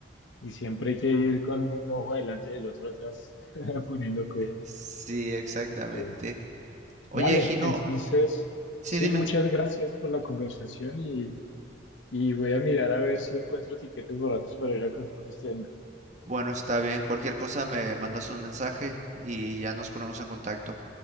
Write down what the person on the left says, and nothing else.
Y siempre hay que ir con un ojo adelante y el otro atrás, <laughs> poniendo cuidado.
Pero,
Vale,
entonces,
sí,
muchas gracias por la conversación y Y voy a mirar a ver si encuentro tiquetes baratos para ir a Cancún este año.